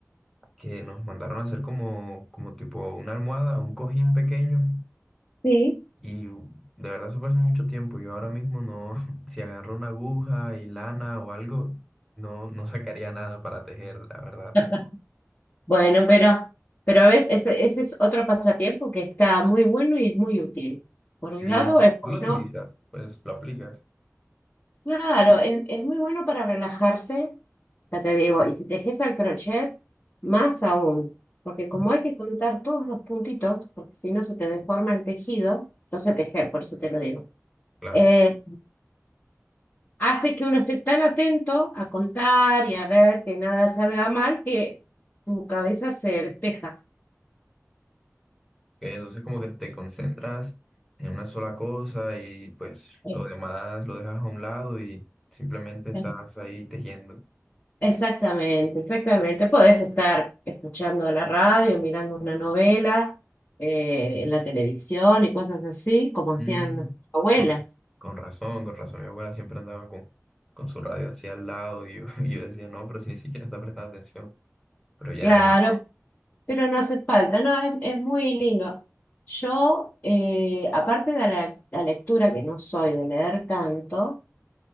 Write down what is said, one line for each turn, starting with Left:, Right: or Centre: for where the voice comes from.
Centre: que nos mandaron a hacer como, como tipo una almohada, un cojín pequeño
Left: Sí.
Centre: y u- de verdad eso fue hace mucho tiempo. Yo ahora mismo no, <laughs> si agarro una aguja y lana o algo, no, no sacaría nada para tejer, la verdad.
Left: <laughs> Bueno, pero, pero ves, ese, ese es otro pasatiempo que está muy bueno y es muy útil. Por
Centre: Si
Left: un lado, es
Centre: tú
Left: bueno,
Centre: lo utilizas, pues lo aplicas.
Left: claro, es, es muy bueno para relajarse Ya te digo, y si tejes al crochet, más aún, porque como
Centre: Uh,
Left: hay que contar todos los puntitos, porque si no se te deforma el tejido, no sé tejer, por eso te lo digo,
Centre: Claro.
Left: eh,
Centre: Ok,
Left: hace que uno esté tan atento a contar y a ver que nada salga mal que tu cabeza se despeja.
Centre: entonces como que te concentras en una sola cosa y pues
Left: Eh,
Centre: lo demás lo dejas a un lado y simplemente estás
Left: eh.
Centre: ahí tejiendo.
Left: Exactamente, exactamente. Podés estar escuchando la radio, mirando una novela, eh, en la televisión y cosas así, como hacían
Centre: Mm,
Left: nuestras abuelas.
Centre: Con, con razón, con razón. Mi abuela siempre andaba con, con su radio así al lado y yo, <laughs> y yo decía, no, pero si ni siquiera está prestando atención. Pero ya,
Left: Claro,
Centre: ya.
Left: Pero no hace falta, no, es, es muy lindo. Yo, eh, aparte de la, la lectura, que no soy de leer tanto,